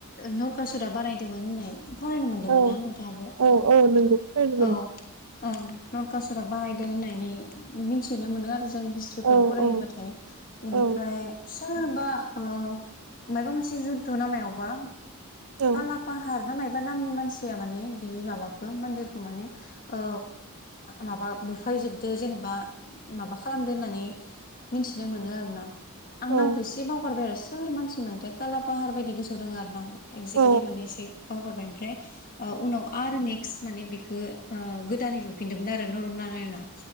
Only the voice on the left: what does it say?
नरकासुरा बानायदोंमोन होननाय फरायनो मोनदोंमोन
ना नोंथाङाबो
औ ओं नरकासुरा बानायदों होननानै मोनथिनो मोनो आरो जों हिस्ट्रिफ्राव
फरायोबाथाय
एनिफ्राय
सोरबा ओ मायबा मोनसे जुद्ध नामायावबा
काला फाहार ना मायबा नामनि मानसिया माने बे माबाखौ मन्दिरखौ माने ओ माबा बुफायजोबदो जेनेबा माबा खालामदो होननानै मोनथिनो मोनो आरो ना आं
नामखौ एसे बावगारबाय आरो सोर मानसि मोनथाय कालापाहार बायदि गोसो दङ आरोना आं एक्जेक्लि
माने एसे बावहरबाय ओमफ्राय उनाव आरो ने माने बेखो ओ गोदानै लुफिनदोंमोन आरो नर नारायणआ